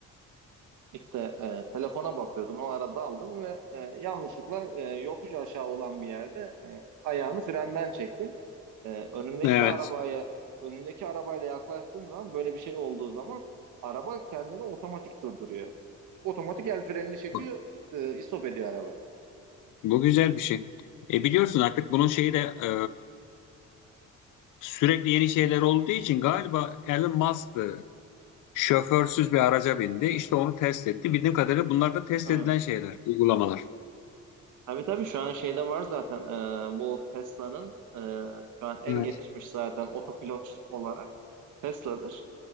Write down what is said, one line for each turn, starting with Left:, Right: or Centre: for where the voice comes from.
Right: işte e, telefona bakıyordun o arada aldın ve e, yanlışlıkla e, yokuş aşağı olan bir yerde e, ayağını frenden çektin. Ee, önündeki
Left: Evet.
Right: arabaya önündeki arabayla yaklaştığın zaman böyle bir şey olduğu zaman araba kendini otomatik durduruyor. Otomatik el frenini çekiyor,
Left: Bu,
Right: e, istop ediyor araba.
Left: bu güzel bir şey. E biliyorsun artık bunun şeyi de e, sürekli yeni şeyler olduğu için galiba Elon Musk'tı Şoförsüz bir araca bindi. İşte onu test etti. Bildiğim kadarıyla bunlar da test
Right: Evet.
Left: edilen şeyler, uygulamalar.
Right: Tabii tabii şu an şeyde var zaten e, bu Tesla'nın e, şu an en
Left: Evet.
Right: gelişmiş zaten otopilot olarak Tesla'dır.